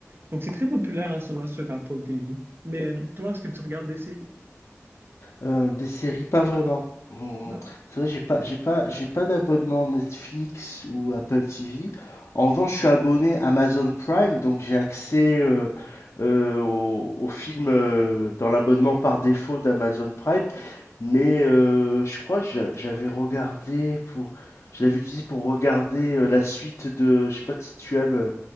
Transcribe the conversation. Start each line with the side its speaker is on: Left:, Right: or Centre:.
Right: Donc, c'est très populaire en ce moment sur Apple TV. Mais euh, toi, est-ce que tu regardes des séries?
Left: Heu, des séries, pas vraiment. Mmh
Right: Non.
Left: C'est vrai, j'ai pas j'ai pas j'ai pas d'abonnement Netflix ou Apple TV. En revanche, je suis abonné Amazon Prime, donc j'ai accès, heu heu, aux aux films, heu, dans l'abonnement par défaut d'Amazon Prime. Mais, heu, je crois que j'a j'avais regardé pour je l'avais utilisé pour regarder, heu, la suite de je sais pas si tu aimes, heu,